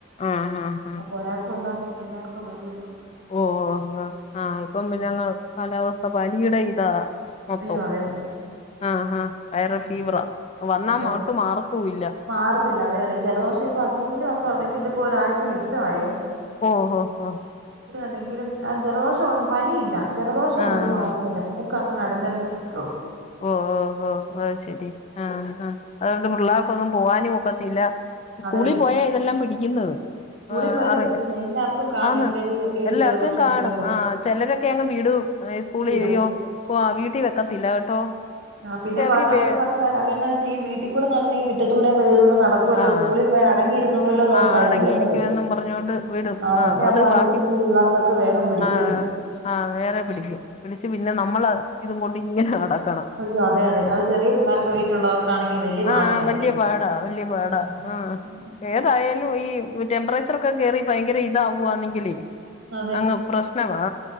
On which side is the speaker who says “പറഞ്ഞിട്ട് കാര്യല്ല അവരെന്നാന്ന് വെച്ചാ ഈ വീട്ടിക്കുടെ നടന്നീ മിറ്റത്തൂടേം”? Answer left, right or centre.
Right